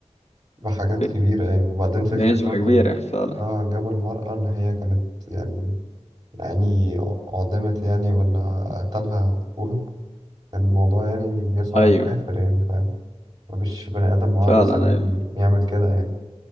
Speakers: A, on the right; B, on the left.
A: بحاجات
B: ب-
A: كبيرة يعني وبعدين فكرة
B: بنسبة
A: برضه
B: كبيرة
A: إن
B: فعلا
A: آه جابوا المرأة إن هي كانت يعني يعني أعدمت يعني ولا قتلها أخوها كان الموضوع يعني يصعب
B: أيوه
A: على الكافر يعني فاهم مفيش بني آدم عقله
B: فعلا
A: سليم
B: أيوه
A: يعمل كده يعني